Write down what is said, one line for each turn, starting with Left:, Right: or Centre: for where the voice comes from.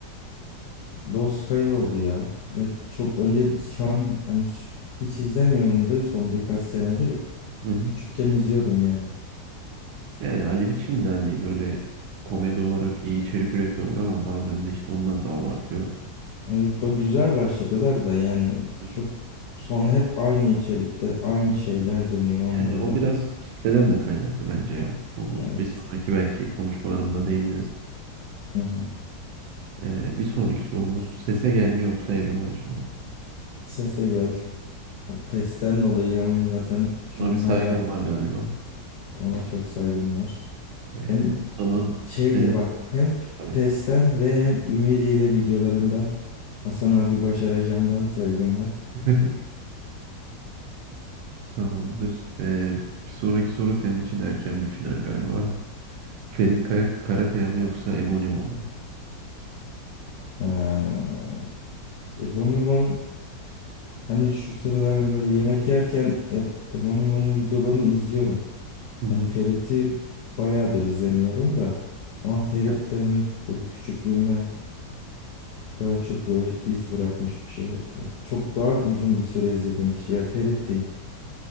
Left: Doskay oldu ya. Ya çok önce şu an yani ş- hiç izlemiyorum da son birkaç senedir
Right: Hı hı.
Left: küçükken izliyordum yani.
Right: Yani Ali Biçim de hani böyle komedi olarak iyi içerik üretiyorlar ama bazen de işte onlar da abartıyor.
Left: Evet, bak güzel başladılar da yani
Right: Hı hı.
Left: çok sonra hep aynı içerikler, aynı şeyler dönüyor onlarda.
Right: Yani o biraz kitleden de kaynaklı bence ya. Onu
Left: Evet.
Right: bir sonraki belki konuşmalarımıza değiniriz.
Left: Hı hı.
Right: Ee, bir sonraki sorumuz sese gelme yoksa evrim ağacı mı abi?
Left: Sese gel. O testten dolayı onun zaten şu
Right: Buna
Left: an
Right: bir saygım
Left: hala
Right: var galiba.
Left: ona çok saygım var.
Right: Ee,
Left: Hem
Right: o zaman
Left: Şeyle
Right: senin
Left: bak hem
Right: abi.
Left: PES'ten ve hem Ümidi ile videolarından Hasan abi başaracağımdan saygım var.
Right: <laughs> Tamamdır. Ee, bir sonraki soru senin için erken bir final galiba. Ferit Kaya, Karakaya mı yoksa Ebony One mu?
Left: Ee, Ebonibon hani şu sıralar hani böyle yemek yerken Eb- Ebonibon'un videolarını izliyorum.
Right: Hı hı.
Left: Hani Ferit'i bayağıdır izlemiyorum da ama Ferit
Right: Evet.
Left: de hani böyle küçüklüğüme daha çok böyle iz bırakmış bir şey. Çok daha uzun bir süre izlediğim kişi ya Ferit diyeyim.